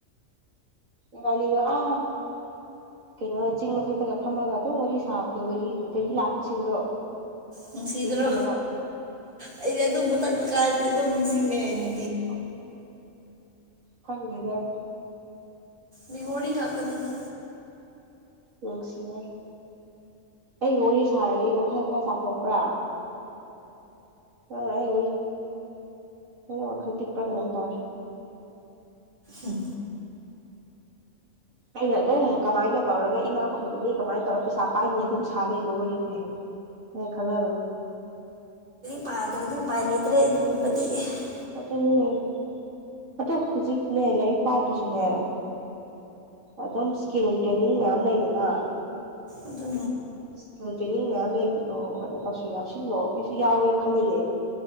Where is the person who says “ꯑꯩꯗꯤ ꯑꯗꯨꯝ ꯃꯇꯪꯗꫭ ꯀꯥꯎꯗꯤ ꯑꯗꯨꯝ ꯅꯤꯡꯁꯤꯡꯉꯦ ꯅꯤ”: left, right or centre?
Right